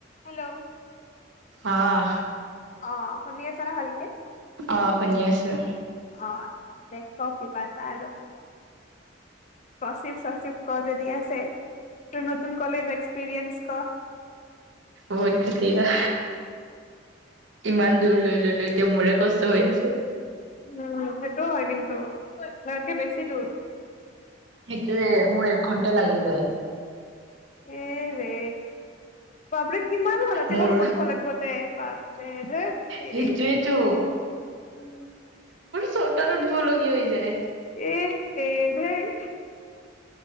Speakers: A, on the left; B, on the right.
A: হেল্ল'
B: অঁ।
A: অ শুনি আছ না ভালকে।
B: অঁ শুনি আছো।
A: অ দে কি বাত আৰু অচিব চচিব ক দ দিয়ছে। নতুন কলেজ এক্স পিৰিয়ঞ্চস ক।
B: মই তো তেতিয়াই ইমান দূৰ লৈ ললো এতিয়া মোৰে কছ হৈ আছে।
A: উম হয় কিন্তু তোমাক কৈবেছি দূৰ।
B: সেইটো যে মোৰ এক ঘণ্টা লাগি যায়।
A: এৰে বাবৰি কিমান হ ৰাতিপুৱাই
B: মোৰ
A: উঠিব লাগিব ধেৎ তেৰি হেৰি
B: সেইটোয়েতো
A: উম।
B: চতাত উঠিবলগীয়া হৈ যায়।
A: এৰে ভাই।